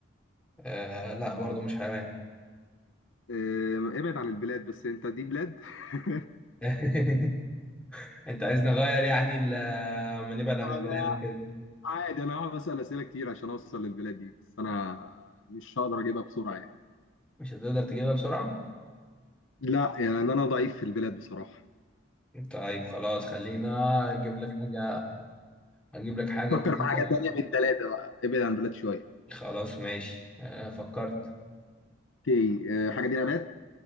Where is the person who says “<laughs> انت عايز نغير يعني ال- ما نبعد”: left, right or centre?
Centre